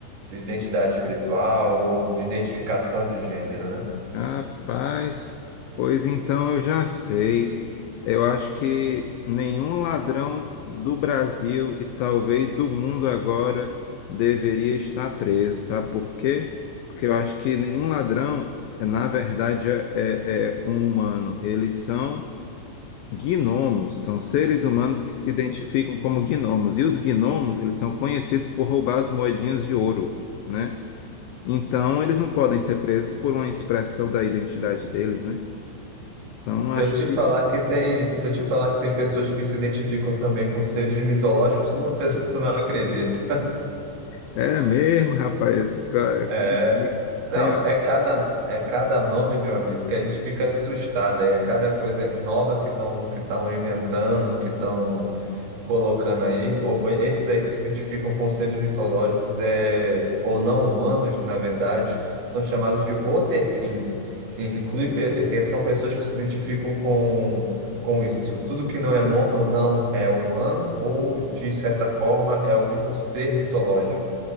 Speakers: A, on the right; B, on the left.
A: de identidade espiritual ou de identificação de gênero, né?
B: Rapaz, pois então eu já sei. Eu acho que nenhum ladrão do Brasil e talvez do mundo agora deveria estar preso. Sabe por quê? Porque eu acho que nenhum ladrão, é, na verdade, é, é é um humano. Eles são gnomos, são seres humanos que se identificam como gnomos. E os gnomos, eles são conhecidos por roubar as moedinhas de ouro, né? Então, eles não podem ser presos por uma expressão da identidade deles, né? Então, acho
A: Se eu te
B: que
A: falar que tem, se eu te falar que tem pessoas que se identificam também com seres mitológicos, <laughs> tu não, você- tu não acredita.
B: é mesmo, rapaz. ca-
A: É, não,
B: Tem...
A: é cada, é cada nome, meu amigo, que a gente fica assustado. aí É cada coisa nova que estão que estão inventando, que estão colocando aí. Ou, ou esses aí que se identificam com seres mitológicos é, ou não humanos, na verdade, são chamados de Oterkin, que inclui pe- que são pessoas que se identificam com, com isso. Tudo que não é, mo- ou não é humano ou, de certa forma, é algum ser mitológico.